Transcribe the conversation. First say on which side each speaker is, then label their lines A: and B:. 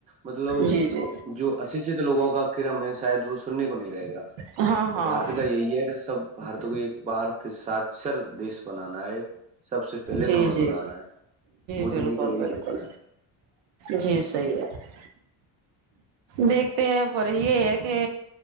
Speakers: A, on the right (about 20°); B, on the right (about 75°).
A: مطلب
B: جی جی
A: جو اشکھت لوگوں کا کرم ہے شاید وہ سننے کو نہیں رہے گا
B: ہاں
A: اور
B: ہاں
A: بارت کا یہ جاہیے کہ سب بارت کو ایک بار پھر ساچر دیش بنانا ہے سب سے پہلے
B: جی
A: نمبر
B: جی
A: پر لانا ہے مودی
B: بالکل
A: جی کا یہی
B: بالکل
A: سپنا ہے
B: جی صحیح ہے دیکھتے ہیں پر یہ ایک کہ